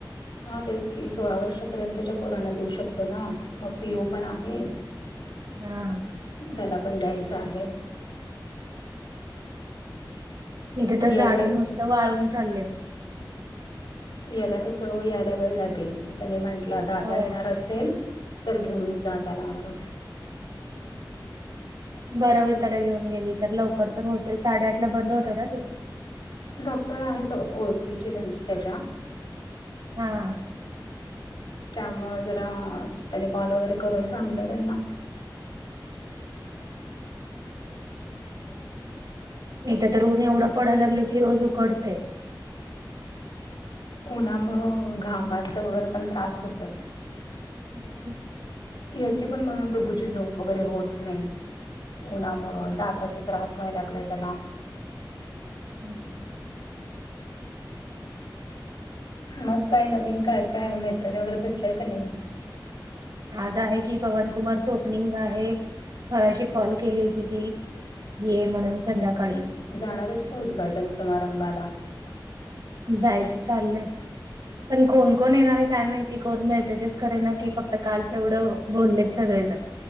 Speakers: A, on the left; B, on the right.
A: हा तेच की सोळा वर्षापर्यंतच्या पोरांना देऊ शकतो ना मग पी ओ पण आहे.
B: हा.
A: त्याला पण द्यायचं आहे.
B: इथे तर
A: याला
B: झाडं नुसत वाळून चाललेत.
A: याला कसं यायला वेळ लागेल त्यांनी म्हंटलं दादा
B: हो
A: येणार असेल. तर घेऊन जात आला म्हणून
B: बरं होईल तर घेऊन गेली तर लवकर तर होते साडेआठ ला बंद होत ना त.
A: डॉक्टर आहेत ओळखीचे त्याच्या
B: हां.
A: त्या जरा त्याने कॉल वगैरे करून सांगतय त्यांना
B: नाहीथ तरऊन एवढं पडाय लागले की रोज उकडते.
A: उन्हामुं घामाचं वगैरे पण त्रास होते.
B: ह <unintelligible>
A: याची पण म्हणून डुगूची झोप वगैरे होत नाही. उन्हामुळं दाताचा त्रास व्हायला लागलाय त्याला
B: हम्म.
A: मग काय नवीन काय काय मैत्रिणी वगैरे भेटलंय का नाही.
B: आज आहे की पवन कुमार च ओपनिंग आहे म्याशी कॉल केली होती ती. ये म्हणून संध्याकाळी.
A: जाणारस का उद्घाटन समारंभाला.
B: जायचं चाललंय पण कोण कोण येणार आहे काय माहिती कोण मेसेजेस करेना की फक्त. काल तेवढं बोललेत सगळे ज